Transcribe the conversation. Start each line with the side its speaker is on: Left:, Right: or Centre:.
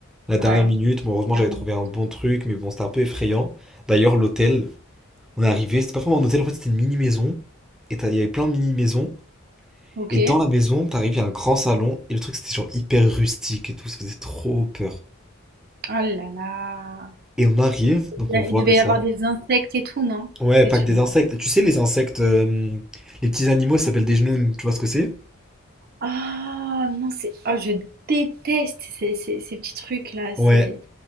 Centre: à la dernière
Right: Ouais.
Centre: minute. Bon, heureusement, j'avais
Right: Hum,
Centre: trouvé un bon truc. Mais bon, c'était un peu effrayant. D'ailleurs, l'hôtel, on est arrivé. C'était pas vraiment un hôtel. En fait, c'était une mini-maison. Et t'as- il y avait plein de mini-maisons.
Right: ok.
Centre: Et dans la maison, t'arrives, il y a un grand salon, et le truc c'était genre hyper rustique et tout, ça faisait trop peur.
Right: Oh là là.
Centre: Et on arrive, donc
Right: Il
Centre: on voit
Right: il devait
Centre: comme ça.
Right: y avoir des insectes et tout, non?
Centre: Ouais,
Right: Des
Centre: pas
Right: trucs.
Centre: que des insectes. Tu sais, les insectes, euh, les petits animaux, ça s'appelle des genoux, tu vois ce que c'est?
Right: Oh non, c'est. Oh, je déteste ces, ces- ces petits trucs-là, ces,
Centre: Ouais.